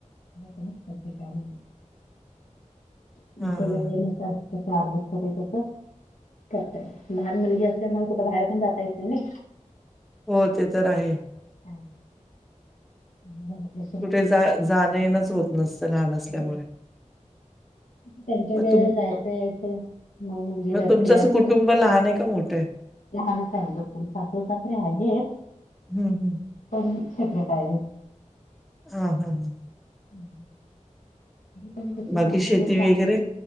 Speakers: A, on the left (about 85°); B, in the centre.
A: पणच करते काम आहे आमच्या
B: हां, हां,
A: वेळे
B: हां.
A: न तर तस आर्गट होते तस करतय लहान मुलगी अस त्यामुळे कुठ बाहेर पण जाता येत नाही
B: हो ते तर आहे.
A: हम. ह बरोबर.
B: कुठे जा जाणं येणंच होत नसतं लहान असल्यामुळे.
A: नाही त्यांच्या
B: मग
A: वेळे
B: तुम
A: जायचं यायचं. मा मुलगीररतेतात.
B: मग तुमचं असं कुटुंब लहान आहे का मोठं आहे?
A: लहानच आहे आमच्या कुटुून साखर साखरे आहेत.
B: हम्म हम्.
A: प सेपरेट आहे आहे.
B: ह हम ह.
A: ह. प क
B: बाकी
A: कामा
B: शेती वगैरे?
A: जातात